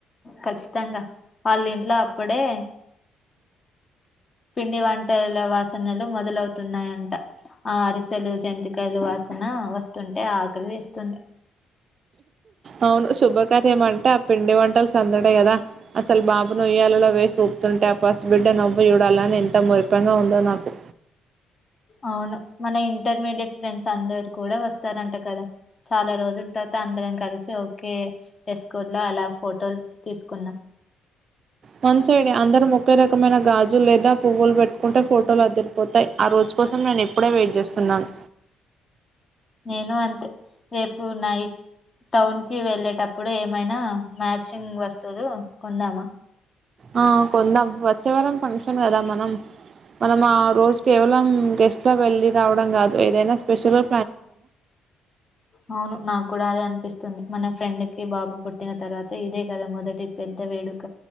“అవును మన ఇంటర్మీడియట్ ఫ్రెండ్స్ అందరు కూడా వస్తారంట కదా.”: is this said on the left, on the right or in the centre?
Left